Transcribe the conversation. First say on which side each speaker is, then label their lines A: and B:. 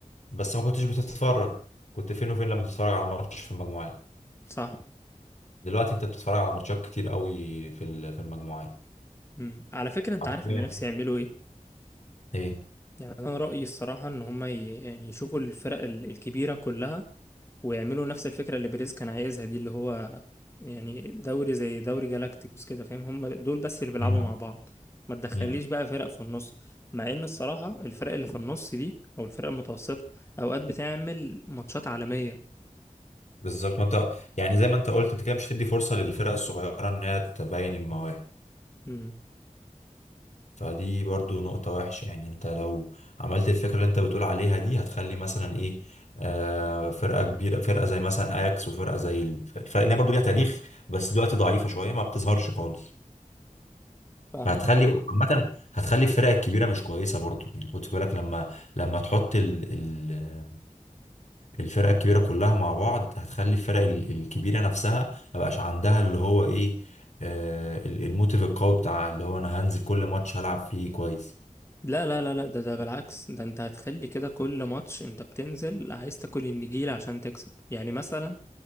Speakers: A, on the left (about 60°); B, on the left (about 20°).
A: بس ما كنتش بتتفرج كنت فين وفين لما بتتفرج على ماتش في المجموعات
B: صح
A: دلوقتي انت بتتفرج على ماتشات كتير قوي في ال- في المجموعات
B: مم. على فكرة انت
A: عارفين
B: عارف انا نفسي يعملوا ايه
A: ايه
B: يعني انا رأيي الصراحة ان هما ي- يعني يشوفوا الفرق ال- الكبيرة كلها ويعملوا نفس الفكرة اللي بيريز كان عايزها دي اللي هو يعني دوري زي دوري جالاكتيكوس كده فاهم هما دول بس اللي بيلعبوا
A: أها.
B: مع بعض ما تدخليش
A: امم
B: بقى فرق في النص مع ان الصراحة الفرق اللي في النص دي او الفرق المتوسطة اوقات بتعمل ماتشات عالمية
A: بالظبط ما انت يعني زي ما انت قلت انت كده مش هتدي فرصة للفرق الصغيرة انها تبين المواهب
B: مم.
A: فدي برضو نقطة وحشة يعني انت لو عملت الفكرة اللي انت بتقول عليها دي هتخلي مثلا ايه آه فرقة كبيرة فرقة زي مثلا اياكس وفرقة زي الف- الفرق اللي هي برضو ليها تاريخ بس دلوقتي ضعيفة شوية ما بتظهرش خالص
B: فاهمك
A: فهتخلي
B: اه
A: عامة هتخلي الفرق الكبيرة مش كويسة برضو يعني خد في بالك لما لما تحط ال ال الفرقة الكبيرة كلها مع بعض هتخلي الفرق ال- الكبيرة نفسها ما بقاش عندها اللي هو ايه آه ال- الموتيف القوي بتاع اللي هو انا هنزل كل ماتش هلعب فيه كويس
B: لا لا لا لا ده ده بالعكس ده انت هتخلي كده كل ماتش انت بتنزل عايز تاكل النجيلة عشان تكسب يعني مثلا